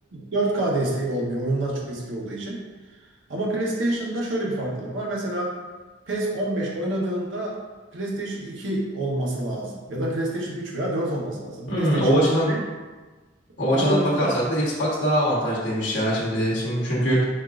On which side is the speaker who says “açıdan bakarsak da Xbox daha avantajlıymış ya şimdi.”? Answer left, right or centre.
Left